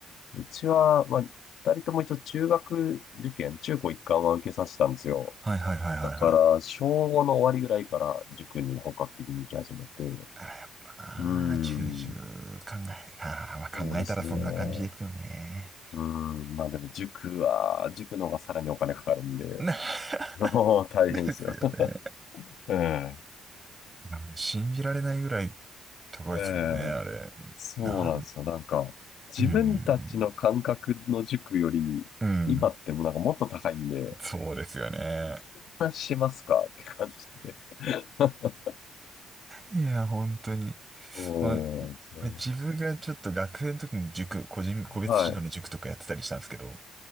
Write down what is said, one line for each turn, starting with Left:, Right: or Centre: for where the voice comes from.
Left: うちは、まあ、二人とも一応中学受験、中高一貫は受けさせたんですよ。
Right: はいはいはいはいはい。
Left: だから、小5の終わりぐらいから塾に本格的に行き始めて、う
Right: あーやっぱなあ、
Left: ーん。
Right: 重々考え、ああ、まあ、考えたらそんな感じですよね。
Left: そうですね。うん。まあでも塾は、塾の方がさらにお金かかるんで、
Right: な
Left: <laughs> もう大変ですよ。
Right: <laughs> ですよね。
Left: <laughs> ええ。
Right: なん信じられないぐらい高いですもんね、
Left: ええ。
Right: あれ。
Left: そうなんですよ。
Right: なん、
Left: なんか、自分たちの感覚の塾より、
Right: うん、うん、うん
Left: 今ってもうなんかもっと高いんで、
Right: そうですよね。
Left: こんなしますか <laughs> って感じで。<laughs>
Right: いや、本当に。
Left: そうなんですよ。
Right: まあ自分がちょっと学生の時に塾、個人、個別指導の塾とかやってたりしたんですけど、
Left: はい。